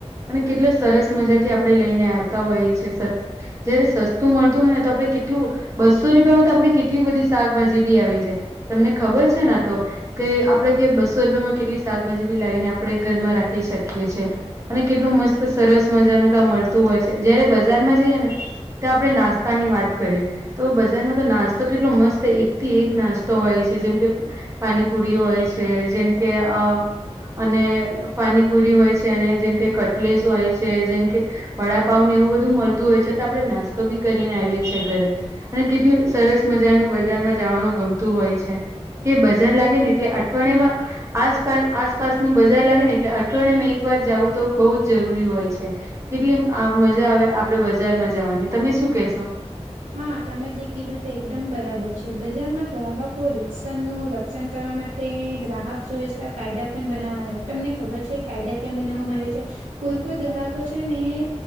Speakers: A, on the right; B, on the right.
A: અને કેટલા સરસ મજા થી આપણે લઈને આવતા હોઈએ છીએ. જયારે સસ્તું મળતું હોય ને તો આપડણે કેટલું બસો રૂપિયામાં તો આપડે કેટલી બધી શાકભાજી બી આવી છે, તમને ખબર છે ને આ તો કે આપડે કે બસો રૂપિયામાં કેટલી શાકભાજી બી લાવીને આપણેે ઘરમાં રાખી શકીએ છીએ. અને કેટલું મસ્ત સરસ મજાનું ત્યા મળતું હોય છે, જયારે બજારમાં જઈએ ને ત્યા આપણે નાસ તા ની વાત કરીએ તો બજાર માં તો નાસ્તો કેટલો મસ્ત એક થી એક નાસ્તો તો હોય છે, જેમ કે પાણીપુરી હોય છે, જેમ કે અ અને પાનીપુરી હોય છે, અને જેમ કે કટલેસ હોય છે, જેમ કે વડાપાવને એવું બધું મળતું હોય છે, તો આપડણે નાસ્તો બી કરીને આવીએ છીએ ઘરે અને કેટલુ સરસ મજાનું બજારમાં જવાનું ગમતું હોય છે. કે બજાર લાગે ને એટલે અઠવાડિયામાં આસપાસ આસપાસનું બજાર લાગે ને એટલે અઠવડીયામાં એક વાર જવું તો બહુ જ જરૂરી હોય છે. કેટલી આ મજા આવે આપડે બજારમાં જવાની તમે શું કેશો?
B: હા તમે જે કીધું તે એકદમ બરાબર છે, બજારમાં ગ્રાહકો રિક્ષા નું રક્ષણ કરવા માટે તે ગ્રાહક સુવ્યસ્થા કાયદા પણ બનાવ છે, તમને ખબર છે કાયદા કેમ બનાવવામાં આવે છે? કોઈ કોઈ ગ્રહકો છે ને એ